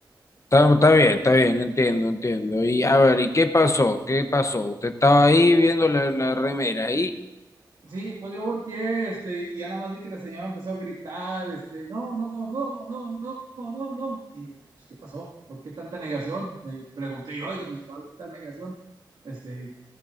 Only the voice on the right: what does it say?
Sí, pues yo volteé, este, y ya nada más vi que la señora empezó a gritar, este, no, no, no, no, no, no, no. Y dije, pues, ¿qué pasó? ¿Por qué tanta negación? Me pregunté yo, dije, pues, ¿cuál tanta negación? Este,